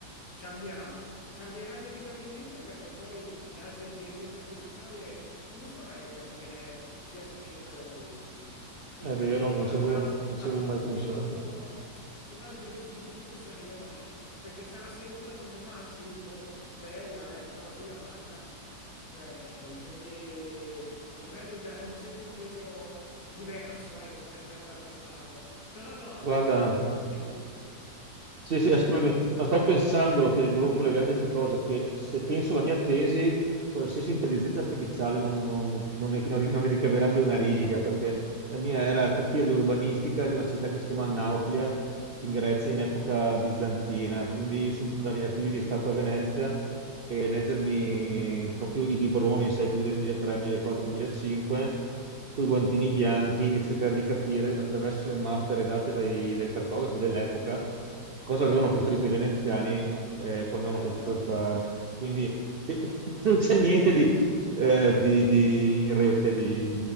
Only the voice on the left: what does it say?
Cambierà, cambierà inevitabilmente perché poi, grazie all'intelligenza artificiale, come farai a capire chi ha scritto la tesi? E
quindi
avrà,
avrà
un
peso, secondo me, un peso specifico inferiore, perché sarà sempre un ma sì, boh, bella, eh, però chi l'ha fatta? Cioè, e- e quindi secondo me gli daremo sempre un peso diverso, ecco, rispetto al passato. Però no,
dimmi.
Bellissimo,
bello.